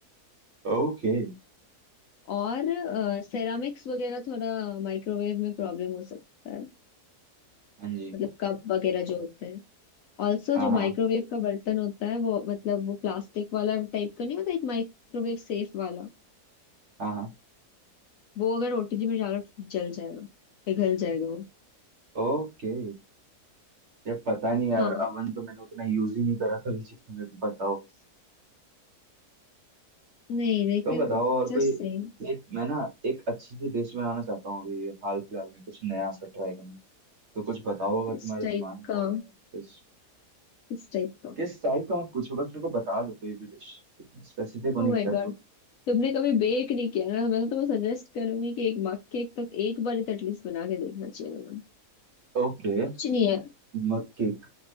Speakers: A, on the right; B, on the left.
A: ओके
B: और सेरामिक्स वगैरह थोड़ा माइक्रोवेव में प्रॉब्लम हो सकता है
A: हाँ जी
B: मतलब कप वगैरह जो होते हैं ऑल्सो
A: हाँ
B: जो
A: हाँ
B: माइक्रोवेव का बर्तन होता है वो मतलब वो प्लास्टिक वाला टाइप का नहीं होता एक माइक्रोवेव सेफ वाला
A: हाँ हाँ
B: वो अगर ओटीजी में डालो तो जल जाएगा पिघल जाएगा वो
A: ओके यार पता नहीं यार
B: हाँ
A: अवन तो मैंने उतना यूज ही नहीं करा कभी जितना मेरे को पता हो
B: नहीं लेकिन
A: तुम बताओ और
B: जस्ट
A: कोई
B: सेम
A: लाइक मैं ना एक अच्छी सी डिश बनाना चाहता हूँ अभी हाल फिलहाल में कुछ नया सा ट्राई करना तो कुछ बताओ अगर
B: इस
A: तुम्हारे
B: टाइप
A: दिमाग में
B: का
A: हो नया डिश
B: इस टाइप का
A: किस टाइप का मत पूछो बस मेरे को बता दो कोई भी डिश स्पेसिफिक होने
B: ओ
A: की
B: माय
A: क्या
B: गॉड
A: जरूरत
B: तुमने कभी बेक नहीं किया ना मैं तो तुम्हें सजेस्ट करूंगी कि एक मग केक तो एक बार तो एटलीस्ट बना के देखना चाहिए तुम्हें
A: ओके
B: कुछ नहीं है
A: Mug cake